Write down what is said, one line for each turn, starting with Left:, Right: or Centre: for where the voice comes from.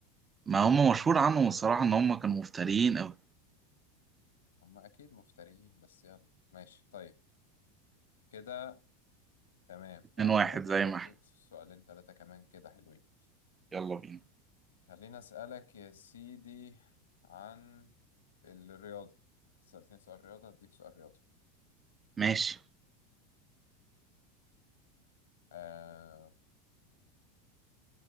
Right: ما هم مشهور
Left: انت
Right: عنهم الصراحة إن هم كانوا مفتريين أوي
Left: هم اكيد مفتريين بس يلا ماشي طيب كده تمام
Right: اتنين
Left: تعال
Right: واحد
Left: نضرب
Right: زي
Left: لنا برضو
Right: ما احنا
Left: سؤالين ثلاثه كمان كده حلوين
Right: يلا بينا
Left: خليني اسالك يا سيدي عن الرياضه سألتني سؤال رياضه اديك سؤال رياضه
Right: ماشي
Left: أه...